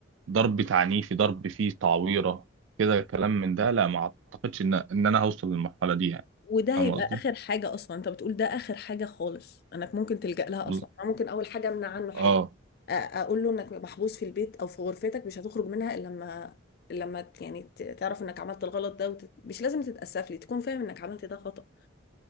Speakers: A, on the right; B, on the left.
A: ضرب تعنيفي ضرب فيه تعويرة كده كلام من ده لا ما اعتقدش ان ان انا هوصل للمرحلة دي يعني
B: وده
A: فاهم
B: هيبقى
A: قصدي؟
B: اخر حاجه اصلا انت بتقول ده اخر حاجه خالص انك ممكن تلجأ لها
A: بز...
B: اصلا أنا ممكن اول حاجه امنع عنه
A: اه
B: حاجه أ- اقول له انك محبوس في البيت او في غرفتك مش هتخرج منها الا لما لما ت- يعني ت- تعرف انك عملت الغلط ده وت... مش لازم تتأسف لي تكون فاهم انك عملت ده خطأ